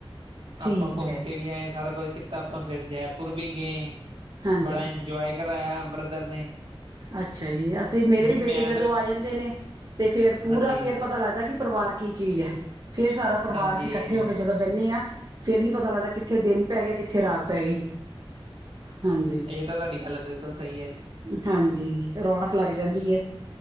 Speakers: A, on the right (about 45°); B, on the right (about 70°).
A: ਠੀਕ
B: ਆਪਾਂ ਘੁੰਮ
A: ਹੈ
B: ਕੇ ਵੀ ਆਏ ਸਾਰਾ ਕੁਝ ਕੀਤਾ। ਆਪਾਂ ਫਿਰ ਜੈਪੁਰ ਵੀ ਗਏ
A: ਹਾਂਜੀ
B: ਬੜਾ ਇ- ਜੋਯ ਕਰਵਾਾਇਆ ਬ੍ਰਦਰ ਨੇ।
A: ਅੱਛਾ ਜੀ, ਅਸੀਂ ਮੇਰੇ ਵੀ
B: ਮੈਂ
A: ਬੇਟੇ ਜਦੋਂ
B: ਤੇ
A: ਆ ਜਾਂਦੇ ਨੇ ਤੇ ਫੇਰ ਪੂਰਾ
B: ਹਾਂਜੀ
A: ਫੇਰ ਪਤਾ ਲੱਗਦਾ ਕਿ ਪਰਿਵਾਰ ਕੀ ਚੀਜ਼ ਹੈ। ਫ਼ਿਰ ਸਾਰਾ ਪਰਿਵਾਰ
B: ਹਾਂਜੀ
A: ਅਸੀਂ ਇਕੱਠੇ
B: ਇਹ
A: ਹੋ ਕੇ ਜਦੋਂ ਬਹਿੰਦੇ ਹਾਂ- ਫੇਰ ਨੀ ਪਤਾ ਲੱਗਦਾ ਕਿੱਥੇ ਦਿਨ ਪੈ ਗਿਆ, ਕਿੱਥੇ ਰਾਤ ਪੈ ਗਈ, ਹਾਂਜੀ।
B: ਇਹ ਤਾਂ ਤੁਹਾਡੀ ਗੱਲ ਬਿਲਕੁਲ ਸਹੀ ਹੈ ਜੀ।
A: ਹਾਂਜੀ, ਰੌਣਕ ਲੱਗ ਜਾਂਦੀ ਹੈ,